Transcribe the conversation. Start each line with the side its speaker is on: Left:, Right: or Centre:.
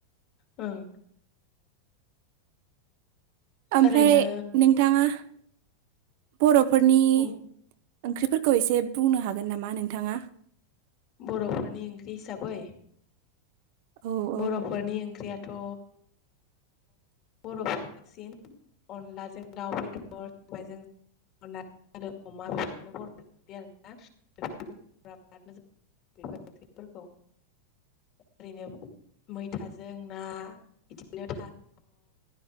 Left: ओं
Right: ओमफ्राय
Left: ओरैनो
Right: नोंथाङा बर'फोरनि
Left: बुं
Right: ओंख्रिफोरखौ एसे बुंनो हागोन नामा नोंथाङा
Left: बर'फोरनि ओंख्रि हिसाबै
Right: औ औ
Left: बर'फोरनि ओंख्रियाथ बर'फ्रा बांसिन अनलाजों दाउ बेदर सबायजों अमा बेफोरनो बर' ओंख्रि आरोना बिराद मोजां बेफोर ओंख्रिफोरखौ ओरैनो मैथाजों ना बिदिनो थास